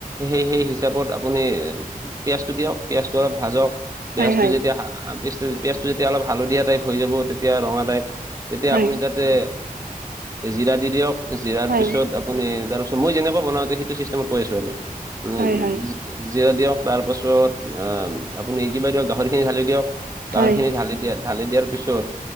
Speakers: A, on the right; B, on the right.
A: সেই-সেই হিচাপত আপুনি <unintelligible> পিঁয়াজটো দিয়ক পিয়ঁয়জটো অলপ ভাজক পিঁয়াজটো
B: হয় হয়
A: যেতিয়া পিঁছটো পিঁয়াজটো যেতিয়া অলপ হালধীয়া টাইপ হৈ যাব তেতিয়া ৰঙা টাইপ যেতিয়া
B: হয় হয়
A: আপুনি তাত দে জিৰা দি দিয়ক জিৰাৰ
B: হয়
A: পিছত আপুনি তাৰপিছত মই যেনেকুৱা বনাওঁতে সেইটো ছিষ্টেমত কৈ আছোঁ আৰু মানে
B: হয় হয়
A: জিৰা দিয়ক তাৰপাছত আহ আপুনি কিবা দিয়ক গাহৰি খিনি ধালি দিয়ক গাহৰি
B: হয়
A: খিনি ঢালি দিয়া ঢালি দিয়াৰ পিছত